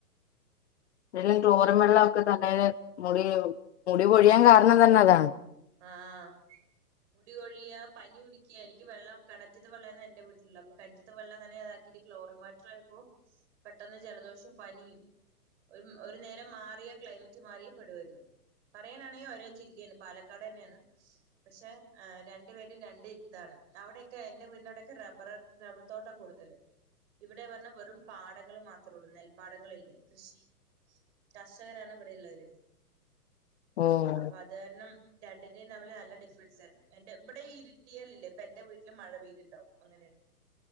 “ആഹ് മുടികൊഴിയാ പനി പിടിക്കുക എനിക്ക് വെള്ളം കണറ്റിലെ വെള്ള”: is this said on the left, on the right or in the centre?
Right